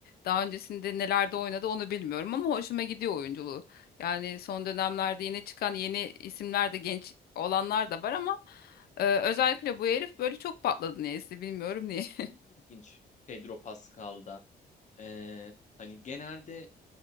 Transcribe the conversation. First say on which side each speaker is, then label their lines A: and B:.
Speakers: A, on the left; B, on the left.
A: Daha öncesinde nelerde oynadı onu bilmiyorum ama hoşuma gidiyor oyunculuğu. Yani son dönemlerde yine çıkan yeni isimler de genç olanlar da var ama e, özellikle bu herif böyle çok patladı niyeyse bilmiyorum niye. <laughs>
B: Şey ilginç Pedro Pascal'da. Ee, hani genelde